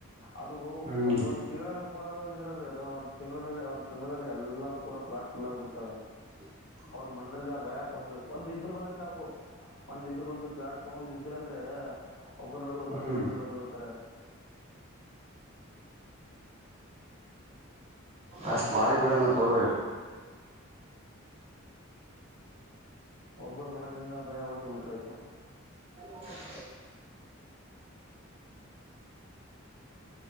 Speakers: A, on the left; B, on the right.
A: ಅದು
B: ಹ್ಮ್
A: ಒಂದ ಒಂದ ತಿಂಗಳ ಕೂಡ ಇದ್ರಲ್ ಅದು ಒಂದ ತಿಂಗಳ ಒಂದ ತಿಂಲ್ಲ ಎಲ್ಲ ಪೂರ ಪ್ಲಾಟ್ ಫುಲ್ ಆಗಿ ಬಿಡ್ತವೆ
B: ಹ
A: ಅವ್ರ ಮನದಲ್ಲಿ ಭಯ ಕೊಡಸ್ಬೇಕು ಒಂದ ಇಬ್ರು ಬಂದ್ರೆ ಸಾಕು ಒಂದಿಬ್ರು ಬಂದು ಪ್ಲಾಟ್ ತಗೊಂಡ ಇದ್ರ ಅಂದ್ರೆ ಒಬ್ಬ ನೋಡಿ ಒಬ್ಬರು
B: ಹ್ಮ್
A: ನೋಡಿ ಒಬ್ರು ನೋಡಿ ಬಂದ್ಬಡ್ತಾರೆ
B: ಅಷ್ಟ್ ಮಾಡಿ ಬಿಡ ನಾ ತಗಿ
A: ಒಬ್ಬ ಮನದಿಂದ ಭಯ ಹೊಡಸಿ ಬಿಟ್ರತ್ ನಾವು
B: ಹ